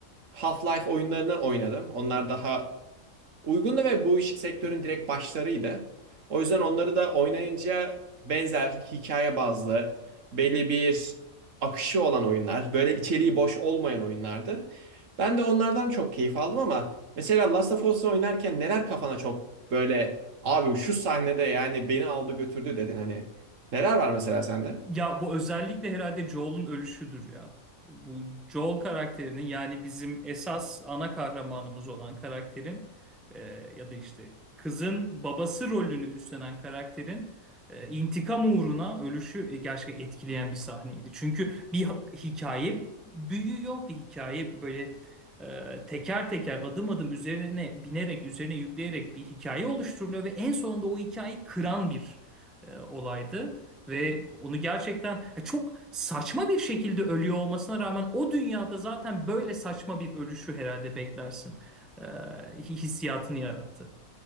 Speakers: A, on the right; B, in the centre.
A: Half-Life oyunlarını oynadım. Onlar daha uygundu ve bu iş sektörün direkt başlarıydı. O yüzden onları da oynayınca benzer hikaye bazlı belli bir akışı olan oyunlar, böyle içeriği boş olmayan oyunlardı. Ben de onlardan çok keyif aldım ama mesela Last of Us'ı oynarken neler kafana çok böyle abi şu sahnede yani beni aldı götürdü dedin hani. Neler var mesela sende?
B: Ya bu özellikle herhalde Joel'un ölüşüdür ya. Bu Joel karakterinin yani bizim esas ana kahramanımız olan karakterin e, ya da işte kızın babası rolünü üstlenen karakterin e, intikam uğruna ölüşü e, gerçekten etkileyen bir sahneydi. Çünkü bir ha- hikaye büyüyor, bir hikaye böyle e, teker teker adım adım üzerine binerek, üzerine yükleyerek bir hikaye oluşturuluyor ve en sonunda o hikayeyi kıran bir e, olaydı ve onu gerçekten e, çok saçma bir şekilde ölüyor olmasına rağmen o dünyada zaten böyle saçma bir ölüşü herhalde beklersin. E, hi- hissiyatını yarattı.